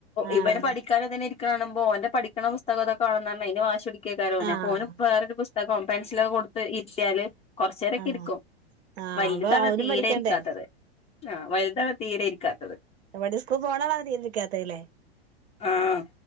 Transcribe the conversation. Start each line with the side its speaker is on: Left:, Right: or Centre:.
Right: ആഹ്
Left: ഇവര് പഠിക്കാതെതന്നെ ഇരിക്കണകാണുമ്പോ ഓന്റെ പഠിക്ക്ണ പുസ്തകംതൊക്കാണുന്ന മെയിന് വാശിപിടിക്കും ക്കെ കരോഞ്ഞം
Right: ആഹ്
Left: അപ്പോനും വേറൊരു പുസ്തകോം പെൻസിലൊക്കെ കൊടുത്ത് ഇര്ത്തിയാല് കൊറച്ചേരൊക്കെ
Right: ആഹ്
Left: ഇരിക്കും
Right: ആഹ്
Left: വലുതാണ്
Right: അപ്പൊ അവനും
Left: തീരെ
Right: പഠിക്കണ്ടേ
Left: ഇരിക്കാത്തത് ആ വലുതാണ് തീരെ ഇരിക്കാത്ത
Right: ഇവടെയും സ്കൂൾ പോണവരാണ് ഇരിക്കാത്തത് ലെ
Left: ആഹ്